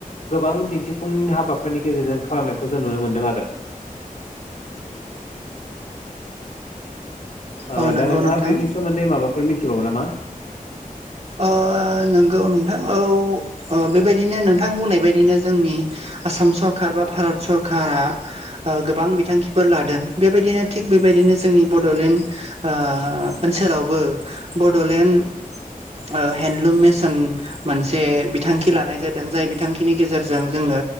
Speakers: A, on the left; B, on the right.
A: गोबां दिन्थिफुं हाबाफोरनि गेजेरजों खालामनायखौ जों नुनो मोनदों आरो ओ
B: औ नंगौ
A: दा नोंथांङा
B: नोंथां
A: बेनि सोमोन्दै माबाफोर मिथिबावो नामा?
B: ओ नोंगौ नोंथां औ ओ बेबायदिनो नोंथां बुंनाय बायदिनो जोंनि आसाम सरखार बा भारत सरखारा ओ गोबां बिथांखिफोर लादों बेबायदिनो थिग बेबा दिनो जोंनि बड'लेण्ड ओ ओनसोलावबो बड'लेण्ड
A: <inaudible>
B: ओ हेन्दलुम मेसन मोनसे बिथांखि लानाय जादों जाय बिथांखिनि गेजेरजों जोंङो